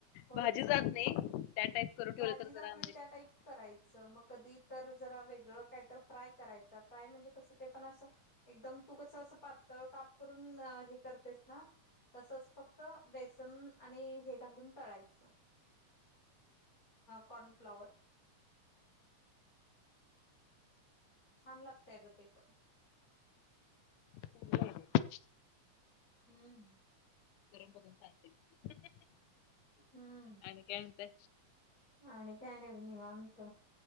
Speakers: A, on the left; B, on the left.
A: होयच
B: भाजी जात
A: की
B: नाही त्या टाईप करून ठेवलं
A: भाजी
B: तर
A: जात
B: जरा
A: नाही
B: म्हणजे
A: त्या टाईप करायचं मग कधी तर जरा वेगळं काय तर फ्राय करायच फ्राय म्हणजे कसं ते पण असं एकदम तू कस असं पातळ काप करून हे करतेस ना तसच फक्त बेसन आणि हे घालून तळायचं कॉर्नफ्लॉवर छान लागतय अगं ते पण
B: चांगलं आहे
A: हम्म
B: तर बघून सांगते तलं
A: हम्म
B: आणि काय म्हणतय
A: आणि काय नाही निवनत